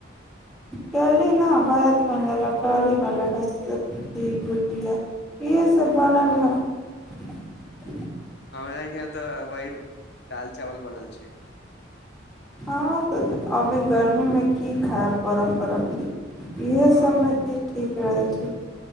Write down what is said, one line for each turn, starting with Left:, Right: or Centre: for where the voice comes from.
Centre: कहली न भात बन लेलक तरकारी बन लेलक रोटि भूजिया इहे सब तऽ बनल
Left: ओ,
Centre: हँ ह
Left: हमरा यहाँ तऽ वही दाल चावल बनल छै
Centre: हँ तऽ अभी गर्मीमे की खायब गरम गरम इएहे
Left: हँ
Centre: सब ने चीज ठीक रहै छै